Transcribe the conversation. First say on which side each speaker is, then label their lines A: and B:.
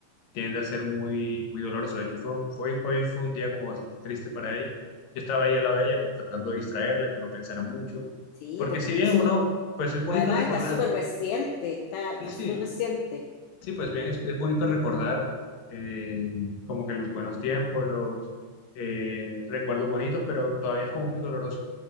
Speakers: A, on the left; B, on the left.
A: tiende a ser muy, muy doloroso. De hecho, fue, fue- hoy fue un día como bastante triste para ella. Yo estaba ahí al lado de ella, como tratando de distraerla, que no pensara mucho.
B: Sí,
A: Porque
B: porque
A: si
B: está
A: bien
B: súper,
A: uno, pues es bonito
B: además
A: recordar,
B: está súper reciente, está,
A: sí,
B: está
A: sí,
B: súper reciente.
A: sí, pues bien, es, es bonito recordar eh, como que los buenos tiempos, los eh, recuerdos bonitos, pero todavía es como muy doloroso.